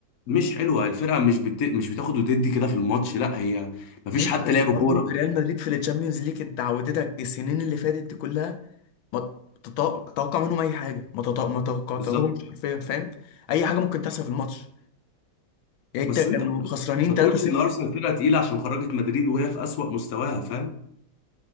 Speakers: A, on the left; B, on the left.
A: مش حلوه الفرقه مش بت... مش بتاخد وتدي كده في الماتش لا هي مفيش
B: ماشي
A: حتى
B: بس
A: لعب
B: برضو
A: كوره
B: ريال مدريد في الشامبيونز ليج انت عودتك السنين اللي فاتت دي كلها ما تط- تتوقع منهم اي حاجه ما تط- ما توقعتهمش
A: بالظبط
B: حرفيا فاهم اي حاجه ممكن تحصل في الماتش يعني
A: بس
B: انت كانوا
A: أنت برضو
B: خسرانين
A: ما
B: 3-0
A: تقولش إن أرسنال فرقة تقيلة عشان خرجت مدريد وهي في أسوأ مستواها فاهم